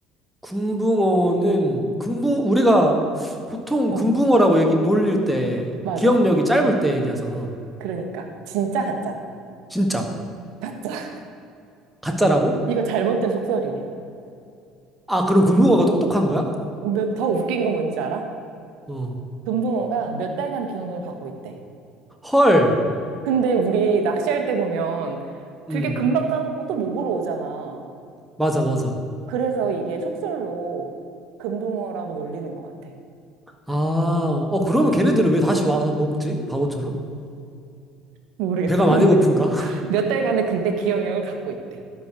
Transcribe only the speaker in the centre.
금붕어는 금붕 우리가 보통
금붕어라고 얘기 놀릴 때
기억력이 짧을 때 얘기하잖아.
진짜
가짜라고?
아, 그럼 금붕어가 똑똑한 거야?
어.
헐.
음.
맞아, 맞아.
아, 어 그러면 걔네들은 왜 다시 와서 먹지? 바보처럼?
배가
많이 고픈가? <laughs>